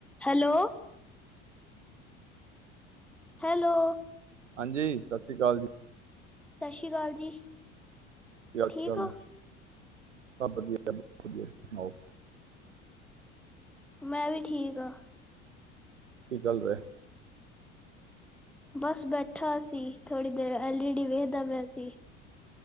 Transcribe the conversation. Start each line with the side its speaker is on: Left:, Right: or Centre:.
Centre: ਹੈਲੋ ਹੈਲੋ
Right: ਹਾਂਜੀ ਸਤਿ ਸ੍ਰੀ ਅਕਾਲ ਜੀ
Centre: ਸਤਿ ਸ਼੍ਰੀ ਅਕਾਲ ਜੀ
Right: <unintelligible>
Centre: ਠੀਕ
Right: ਚਾਲ
Centre: ਹੋ
Right: ਸਭ ਵਧੀਆ ਵਧੀਆ ਸੁਣਾਓ
Centre: ਮੈਂ ਵੀ ਠੀਕ ਆ
Right: ਕੀ ਚੱਲ ਰਿਹਾ
Centre: ਬਸ ਬੈਠਾ ਸੀ ਥੋੜੀ ਦੇਰ ਐਲਈ ਡੀ ਵੇਖਦਾ ਪਿਆ ਸੀ